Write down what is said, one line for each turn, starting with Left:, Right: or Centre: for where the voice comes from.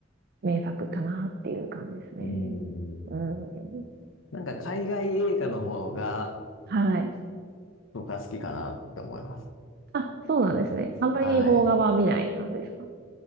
Right: 名作かなっていう感じですね。
Left: うん。
Right: うん、
Left: うん。なんか海外映画の方が
Right: はい。
Left: 僕は好きかなって思います。
Right: あ、そうなんですね。あんまり邦画は見ない感じですか
Left: はい。